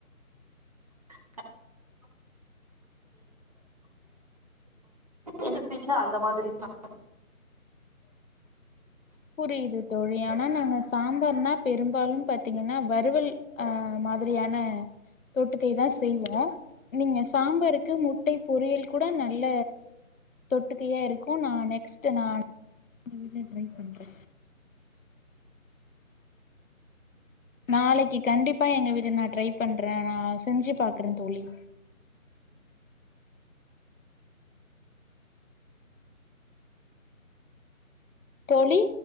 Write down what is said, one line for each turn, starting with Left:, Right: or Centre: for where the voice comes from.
Right: <inaudible> எங்க வீட்ல அந்த மாதிரி தா
Left: புரியிது தோழி ஆனா நாங்க சாம்பார்னா பெரும்பாலும் பாத்தீங்கன்னா வறுவல் அ மாதிரியான தொட்டுக்கை தா செய்வோ நீங்க சாம்பாருக்கு முட்டை பொரியல் கூட நல்ல தொட்டுக்கையா இருக்கு நா நெக்ஸ்ட்டு நான் எங்க வீட்ல ட்ரை பண்றே நாளைக்கு கண்டிப்பா எங்க வீட்ல் நா ட்ரை பண்றே நா செஞ்சு பாக்கறே தோழி தோழி